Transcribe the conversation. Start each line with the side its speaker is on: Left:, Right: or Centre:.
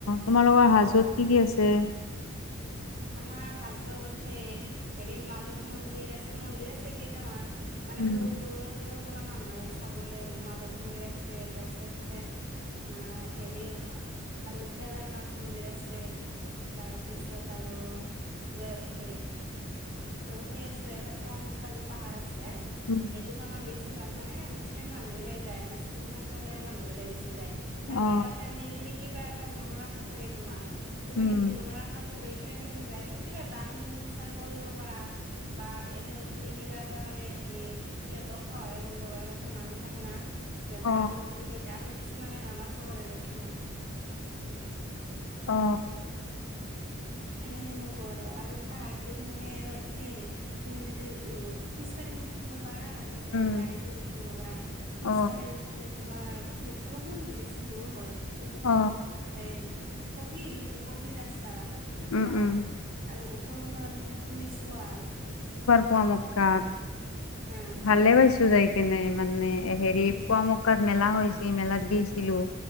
Left: তোমালোকৰ হাজোত কি কি আছে?
Right: আমাৰ হাজোত হেই হেৰি মাধৱ মন্দিৰ আছে মন্দিৰ আছে কেইটামান মানে
Left: উম
Right: বহুত দূৰৰ দূৰৰ পৰা মানুহ আহে চাবলৈ মাধৱ মন্দিৰ আছে তাৰপিছত আছে আহ হেৰি আৰু কেদাৰনাথ মন্দিৰ আছে তাৰপিছত আৰু সেই আৰু সেই আছে এটা পুৱা মক্কা যে পাহাৰ আছে
Left: উম
Right: সেইটোতো আমাৰ বেছি ভাগ মানে মুছলিম মানুহ বিলাক যায় মুছলিম সম্প্ৰদায়ৰ মানুহ বিলাক বেছি যায়। তাৰমানে
Left: অ
Right: যাতে আমি যদি কিবা এটা মনৰ আশা থাকে তোমাৰ তুমি
Left: উম
Right: সেইটো মনৰ আশা লৈ কেনে তুমি যাই কিনে কিবা দান চান কৰিব পাৰা বা এনেও তুমি কিবা এটা মানে হেৰি সিহঁতক সহায়ো কৰিব পাৰে তাতে মানুহ থাকে না সিহঁতে
Left: অ
Right: আৰু তুমি আৰু কিছুমানে নামাজ চাবৰে যায় কিনে
Left: অ
Right: মানে সেনেকোৱা আৰু আৰু পাহাৰটোত মানে মানে সেই তুমি যদি উ খোজকাঢ়ি উঠিব। পৰা আৰু মানে
Left: উম
Right: গাড়ী দি উঠিব পাৰা খোজকাঢ়ি
Left: অ
Right: উঠিলে তোমাৰ অলপমান বেছি দূৰ হয় কিন্তু তুমি
Left: অ
Right: এ পকী কিন্তু পকী ৰাস্তা মানে
Left: উম
Right: পাহাৰটো
Left: উম
Right: আৰু ওপৰৰও পৰাৰত যদি তুমি চোৱা।
Left: পোৱা মক্কা ত
Right: হা হা
Left: ভালে পাইছো যাই কেনে মানে <unintelligible> হেৰি
Right: উম
Left: পোৱামক্কা মেলা হৈছিল মেলাত গৈছিলো।